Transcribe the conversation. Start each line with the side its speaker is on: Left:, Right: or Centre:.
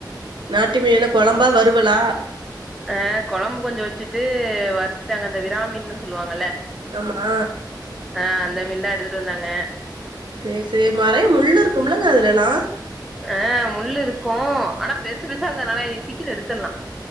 Right: நாட்டு மீனென்ன கொழம்பா வறுவலா
Centre: அ கொழம்பு கொஞ்சோ வெச்சுட்டு வறுத்துட்டங்க இந்த விராமீன்னு சொல்லுவாங்கல்ல
Right: ஆமா
Centre: ஆ அந்த மீன்தா எடுத்துட்டு வந்தாங்க
Right: சேரி சேரி மறையா முள்ளு இருக்கும்முல்லங்க அதுலெல்லா
Centre: ஆ முள்ளு இருக்கு ஆனா பெருசு பெருசா இருக்கறதுனால இ சீக்கிர எடுத்தர்லா